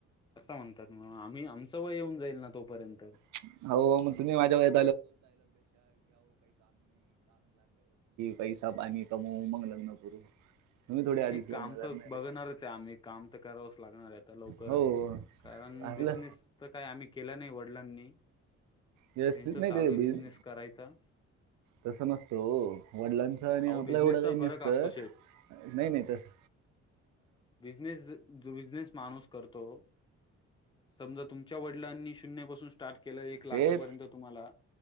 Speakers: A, on the left; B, on the right.
A: अस म्हणतात म आम्ही आमचं वय येऊन जाईल ना तोपर्यंत.
B: <inaudible> की पैसा पाणी कमव मग लग्न करू. तुम्ही थोडी आधीच
A: नाही काम
B: लग्न करणार
A: तर बघणारच आहे आम्ही. काम तर करावंच लागणार आहे आता लवकरच.
B: हो
A: कारण
B: आपलं
A: बिझनेस तर काही आम्ही केला नाही वडिलांनी.
B: व्यवस्थित
A: त्यांच चालू
B: नाही ते
A: आहे बिझनेस
B: बिझ
A: करायचा.
B: तसं नसतो ओ वडिलांच आणि
A: अहो
B: आपला
A: बिझनेसचा
B: एवढं हे
A: फरक
B: नसत
A: असतो
B: नाही नाही तस
A: बिजनेस जो बिझनेस माणूस करतो समजा तुमच्या वडिलांनी शून्य पाासून स्टार्ट केलं एक लाखापर्यंत
B: ते
A: तुम्हाला